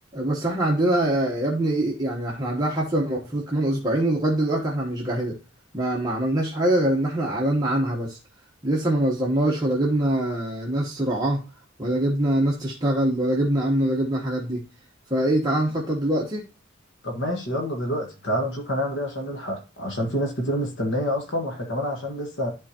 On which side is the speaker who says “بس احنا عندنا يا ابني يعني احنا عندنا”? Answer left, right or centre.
Right